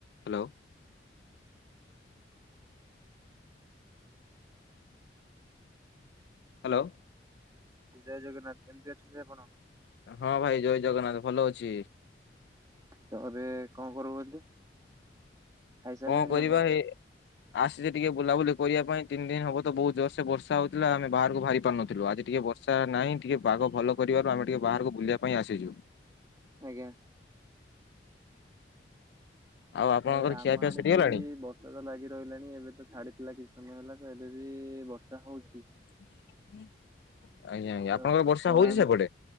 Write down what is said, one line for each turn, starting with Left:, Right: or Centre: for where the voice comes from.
Left: Hello. Hello?
Right: Jay Jagannath, କେମିତି ଅଛନ୍ତି ଆପଣ?
Left: ହଁ ଭାଇ, ଜୟ ଜଗନ୍ନାଥ ଭଲ ଅଛି।
Right: ତ ଏବେ କଣ କରୁଛନ୍ତି? ଖାଇସାରିଲେଣି
Left: କଣ କରିବା
Right: ଆପଣ?
Left: ଏ ଆସିଛି ଟିକେ ବୁଲାବୁଲି କରିବା ପାଇଁ ତିନି ଦିନ ହବ ତ ବହୁତ ଜୋରସେ ବର୍ଷା ହଉଥିଲା ଆମେ ବାହାରକୁ ବାହାରି ପାରୁନଥିଲୁ, ଆଜି ଟିକେ ବର୍ଷ୍ ବର୍ଷା ନାଇଁ, ଟିକେ ପାଗ ଭଲ କରିବାରୁ ଆମେ ଟିକେ ବାହାରକୁ ବୁଲିବା ପାଇଁ ଆସିଛୁ।
Right: ଆଜ୍ଞା।
Left: ଆଉ ଆପଣଙ୍କର
Right: ହଁ ଏ ଆମ
Left: ଖିଆପିଆ
Right: ଆଡେ
Left: ସରିଗଲାଣି?
Right: ବି-ଇ-ଇ ବର୍ ସ ତ ଲାଗି ରହିଲାଣି ଏବେ ତ ଛାଡ଼ିଥିଲା କିଛି ସମୟ ହେଲା ତ ଏବେ ବି-ଇ-ଇ ବର୍ଷା ହଉଛି।
Left: ଆଜ୍ଞା ଆଜ୍ଞା
Right: ତ
Left: ଆପଣଙ୍କର ବର୍ଷା
Right: କଳା
Left: ହଉଛି ସେପଟେ?